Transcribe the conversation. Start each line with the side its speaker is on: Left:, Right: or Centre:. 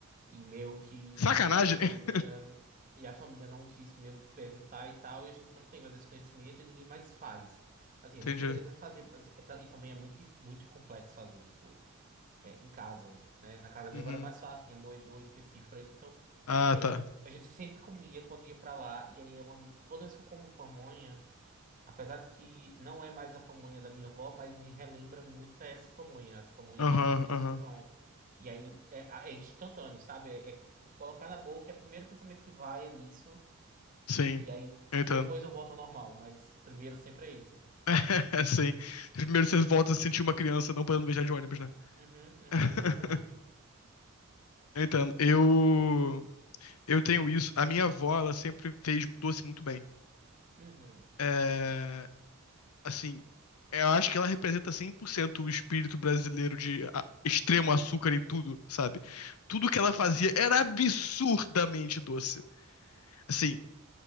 Right: E meio que
Left: Sacanagem.
Right: a família,
Left: <laughs>
Right: e a família não quis meio que perguntar e tal, e a gente não tem mais esse conhecimento e ninguém mais faz. Assim, a
Left: Entendi.
Right: gente poderia até fazer, mas é ta- e também é muito, dif- muito complexo fazer, tipo é, em casa, né? Na casa da minha
Left: Uhum.
Right: avó era mais fácil, tinha moedor específico pra isso. Então,
Left: Ah,
Right: é,
Left: tá.
Right: a gente sempre comia quando ia pra lá. E aí, é uma, toda vez que eu como pamonha, apesar de que não é mais a pamonha da minha avó, mas me relembra muito essa pamonha, as pamonhas
Left: Aham,
Right: que eu comia
Left: aham.
Right: no São João. E aí, é, é instantâneo, sabe? É, é colocar na boca, é o primeiro pensamento que vai é nisso.
Left: Sim.
Right: E aí, tipo,
Left: Eu entendo.
Right: depois eu volto ao normal, mas primeiro sempre é esse.
Left: <laughs> Sim. Primeiro você volta a se sentir uma criança não podendo viajar de ônibus, né?
Right: Uhum, uhum,
Left: <laughs>
Right: exatamente.
Left: Eu entendo. Eu, eu tenho isso. A minha avó, ela sempre fez doce muito bem.
Right: Uhum.
Left: É, assim, eu acho que ela representa 100% o espírito brasileiro de a- extremo açúcar em tudo, sabe? Tudo que ela fazia era absurdamente doce. Assim,